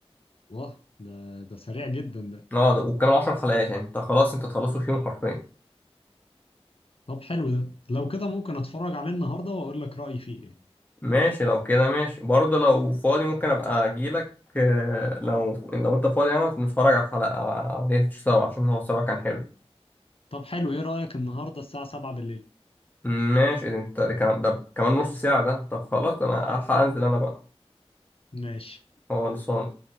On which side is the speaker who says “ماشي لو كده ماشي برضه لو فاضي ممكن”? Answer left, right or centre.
Left